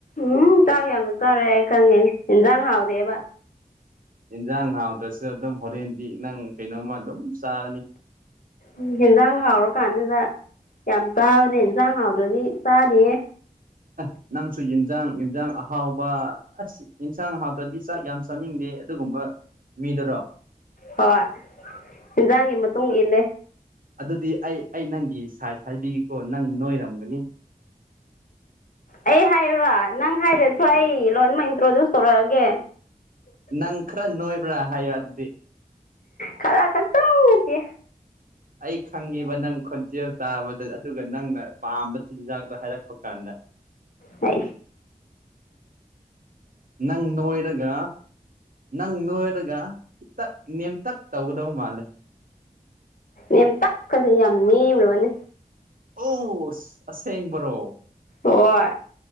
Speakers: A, on the left; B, on the right.
A: ꯎꯝ ꯆꯥꯛ ꯌꯥꯝꯅ ꯆꯥꯔꯦ ꯑꯩ ꯈꯪꯉꯦ ꯏꯟꯖꯥꯡ ꯍꯥꯎꯗꯦꯕ
B: ꯌꯦꯟꯖꯥꯡ ꯍꯥꯎꯗ꯭ꯔꯁꯨ ꯑꯗꯨꯝ ꯍꯣꯔꯦꯟꯗꯤ ꯅꯪ ꯀꯩꯅꯣꯝꯃ ꯑꯗꯨꯝ ꯆꯥꯔꯅꯤ
A: ꯎ ꯌꯦꯟꯖꯥꯡ ꯍꯥꯎꯔꯀꯥꯟꯗꯨꯗ ꯌꯥꯝ ꯆꯥꯕꯅꯦ ꯏꯟꯁꯥꯡ ꯍꯥꯎꯗ꯭ꯔꯗꯤ ꯆꯥꯗꯌꯦ
B: ꯑ ꯅꯪꯁꯨ ꯌꯦꯟꯁꯥꯡ ꯌꯦꯟꯁꯥꯡ ꯑꯍꯥꯎꯕ ꯑꯁ ꯌꯦꯟꯁꯥꯡ ꯑꯍꯥꯎꯗ꯭ꯔꯗꯤ ꯆꯥꯛ ꯌꯥꯝ ꯆꯥꯅꯤꯡꯗꯦ ꯑꯗꯨꯒꯨꯝꯕ ꯃꯤꯗꯨꯔꯣ
A: ꯍꯣꯏ ꯏꯟꯖꯥꯡꯒꯤ ꯃꯇꯨꯡ ꯏꯜꯂꯦ
B: ꯑꯗꯨꯗꯤ ꯑꯩ ꯑꯩ ꯅꯪꯒꯤ ꯁꯥꯏꯖ ꯍꯥꯏꯕꯤꯒꯦꯀꯣ ꯅꯪ ꯅꯣꯏꯔꯝꯒꯅꯤ <unintelligible>
A: ꯑꯩ ꯍꯥꯏꯔꯣ ꯅꯪ ꯍꯥꯏꯔ ꯊ ꯑꯩ ꯂꯣꯟꯃꯛ ꯏꯟꯇ꯭ꯔꯣꯗ꯭ꯨꯁ ꯇꯧꯔꯛꯑꯒꯦ
B: ꯅꯪ ꯈꯔ ꯅꯣꯏꯕ꯭ꯔꯥ ꯍꯥꯏꯌꯣ ꯑꯗꯨꯗꯤ
A: ꯈꯔ ꯀꯁꯗꯤ
B: ꯑꯩ ꯈꯪꯉꯤꯕ ꯅꯪ ꯈꯣꯟꯇꯦꯜ ꯇꯥꯕꯗ ꯑꯗꯨꯒ ꯅꯪꯅ ꯄꯥꯝꯕ ꯆꯤꯟꯖꯥꯛꯗꯣ ꯍꯥꯏꯔꯛꯄ ꯀꯥꯟꯗ
A: ꯑ
B: ꯅꯪ ꯅꯣꯏꯔꯒ ꯅꯪ ꯅꯣꯏꯔꯒ ꯍꯇꯛ ꯅꯦꯝꯇꯛ ꯇꯧꯒꯗꯧ ꯃꯥꯜꯂꯦ
A: ꯅ ꯇꯛꯀꯗꯤ ꯌꯥꯝ ꯅꯦꯝꯂꯨꯕꯅꯤ
B: ꯑꯣ ꯑꯁꯦꯡ ꯔꯣ
A: ꯍꯣꯏ